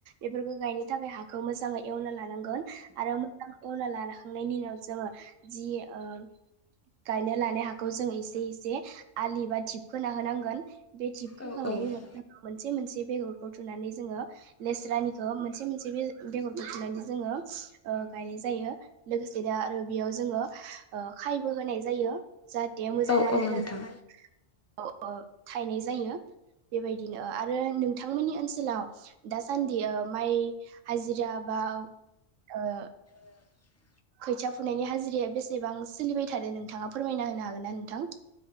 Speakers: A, on the right; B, on the left.
A: एफोरखौ गायनो थाखाय हाखौ मोजाङै एवना लानांगोन आरो मोजां एवना लानखांनायनि उनाव जोङो जि ओ गायनो लानाय हाखौ जों इसे दै जे एसे आलि बाथिपखोना होनांगोन बे थिबखोखांनायनि
B: औ औ
A: उनाव जों मोनसे मोनसे बेगर खौ थुनानै जोङो लेस्रानिखौ मोनसे मोनसे बे बेगरखौ फुनानै जोङो ओ गायनाय जायो। लोगोसे दा आरो बेयाव जोङो ओ खायबो होनाय जायो। जाहाथे मोजां
B: औ
A: मा मानग्लाङो।
B: औ नोंथां
A: औ ओ थायनाय जायो। बेबायदिनो। ओ रो नोंथांमोननि ओनसोलाव दासान्दि ओ माइ हाजिरा बाव ओ
B: दा
A: खोथिया फुनायनि हाजिराया बेसेबां सोलिबाय थादों नोंथाङा फोरमायना होनो हागोन ना नोंथां?